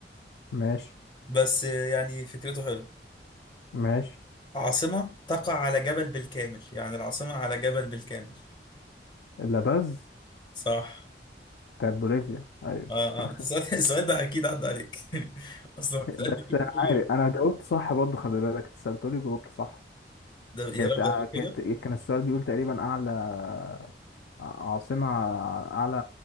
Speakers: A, on the left; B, on the left.
A: ماشي
B: بس آه، يعني فكرته حلوه
A: ماشي
B: عاصمه تقع على جبل بالكامل يعني العاصمه على جبل بالكامل
A: لاباز
B: صح
A: بتاعت بوليفيا ايوه
B: اه
A: <laughs>
B: اه انت سألت <laughs> السؤال ده اكيد عدى عليك <laughs> اصلا السؤال
A: بس
B: بتجيبه
A: انا عارف
B: كل يوم
A: انا جاوبت صح برضو خلي بالك انت سألتولي وجاوبت صح
B: ده يا
A: كانت
B: رب
A: آه،
B: قبل
A: كانت
B: كده
A: كان السؤال بيقول تقريبا اعلى آه، عاصمة آه، اعلى